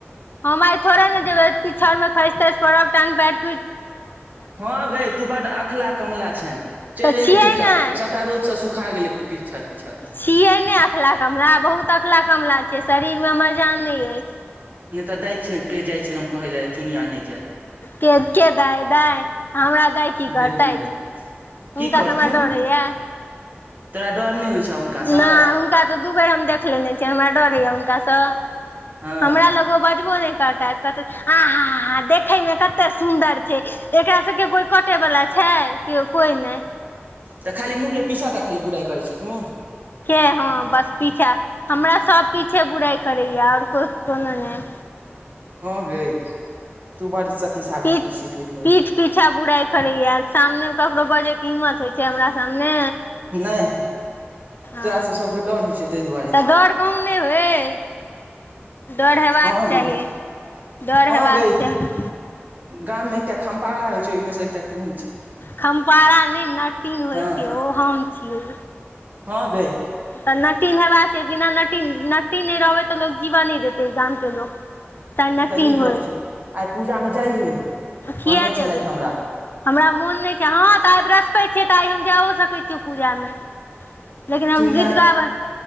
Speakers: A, on the left; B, on the right.
A: हम आइ थोड़े ने देबै पिछड़मे खसि तसि परब टांग पैर।
B: हँ, गई तू बड़ अखला कमला छै चलि
A: तऽ
B: जयये
A: छियै
B: चुपचाप
A: नहि
B: सभटा। सभ सुखा गेलै पिकछड़ तिकछड़।
A: छियै नहि, अखन कमरा बहुत अखरा-कमला छियै, शरीरमे हमर जान नहि अछि।
B: नहि तऽ दै छियै, जाइ छियनि। हम कहै लए चुनिआ नहि जायत।
A: के-के दै, दै? हमरा दै की करतै?
B: जेनू मे दै
A: हुनकासँ
B: की करथुन
A: हमरा डर होइये
B: तोरा डर नहि होइ छै हुनकासँ।
A: नहि हुनका तऽ दू बेर हम देख लेने छै छीयैन हमराड र होइया हुनकासँ।
B: हँ
A: हमरा लगो बजबो नहि करता आहा देखेमे कते सुन्दर छै। एकरा सभके कोई कटे वला छै, के कोई नहि
B: तऽ खाली मुँह पिछाटा खाली बुराइ करै छै तूँ।
A: के हँ बस पीसा हमरा सभ पीछे बुराइ करैया आओर के कोनो नहि।
B: हैं, गै तू बड़। सावित्री
A: पीठ
B: छिही ताहि दुआरे
A: पीठ पीछा बुराइ करैया सामने मे ककरो बजे के हिम्मत होइ से हमरा सामने
B: नहि
A: आ
B: तोरा से सबके डर होइ छै ताहि दुआरे
A: तऽ डर कहूँ नहि होय डर हेबाक
B: हँ
A: चाही
B: गै
A: डर
B: हँ
A: हेबाक
B: गै
A: चाही
B: गाम मे एकटा खम्पारा होइ छै ओहिमे से एकटा तुहू छै
A: खम्पारा नहि नटीन होइ
B: हँ
A: छै ओ हम छियै
B: हँ गै
A: तऽ नटिन हेबाका छै बिना नटिन नटिन नहि रहबै तऽ लोक जीवअ नै देतै गाम के लोक नटिन
B: ई तऽ नीक
A: होय
B: गप छै आइ पूजामे जाइहे
A: किया
B: कहने
A: जेबै
B: छलैथ हमरा
A: हमरा मोन नहि छै हँ तऽ आइ वृहस्पत छै तऽ आइ हम जायओ सकैत छीयै पूजामे लेकिन हम
B: चुनिया
A: गीत गाबै